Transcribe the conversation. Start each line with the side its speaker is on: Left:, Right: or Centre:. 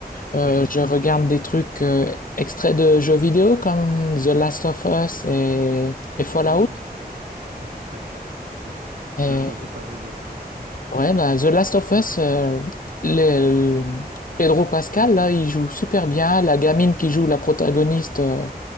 Left: Euh,
Right: <laughs>
Left: je regarde des trucs euh, extraits de jeux vidéo comme The Last of Us et, et Fallout.
Right: Oui, c'est- tout à fait. Ouais.
Left: Et
Right: J'ai entendu parler de ça aussi.
Left: Ouais, bah, The Last of Us, euh, le- le- Pedro Pascal, là, il joue super bien. La gamine qui joue la protagoniste, euh,